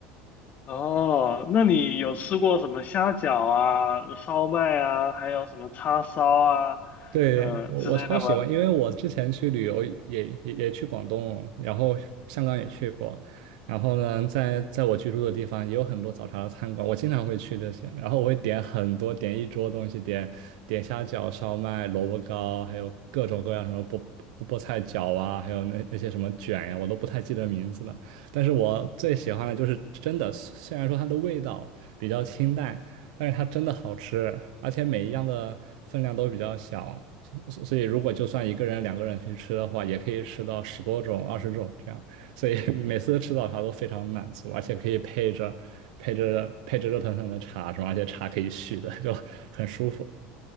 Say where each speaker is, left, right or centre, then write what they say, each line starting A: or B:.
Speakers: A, on the left (about 40°); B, on the right (about 80°).
A: 哦，那你有吃过什么虾饺啊、烧麦啊，还有什么叉烧啊，
B: 对，
A: 呃之类的吗？
B: 我我超喜欢，因为我之前去旅游也也也去广东，然后香港也去过，然后呢，在在我居住的地方也有很多早茶的餐馆，我经常会去这些，然后我会点很多，点一桌东西，点点虾饺、烧麦、萝卜糕，还有各种各样什么菠菠菜饺啊，还有那那些什么卷呀、我都不太记得名字了。但是我最喜欢的就是真的，虽虽然说它的味道比较清淡。但是它真的好吃，而且每一样的分量都比较小，所所以如果就算一个人、两个人去吃的话，也可以吃到十多种、二十种这样，所以 <laughs> 每次吃早茶都非常满足，而且可以配着配着配着热腾腾的茶是吧？而且茶可以续的，就很舒服，